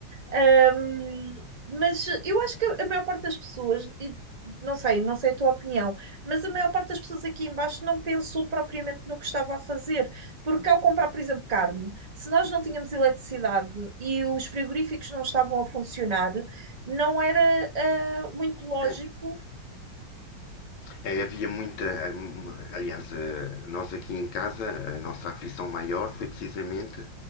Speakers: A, on the right; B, on the left.
A: Ahm, mas eu acho que a maior parte das pessoas, e não sei, não sei a tua opinião, mas a maior parte das pessoas aqui embaixo não pensou propriamente no que estava a fazer, porque ao comprar, por exemplo, carne, se nós não tínhamos eletricidade e os frigoríficos não estavam a funcionar, não era, ah, muito lógico
B: É, eh, havia muita. eh, Aliás, eh, nós aqui em casa, a nossa aflição maior foi precisamente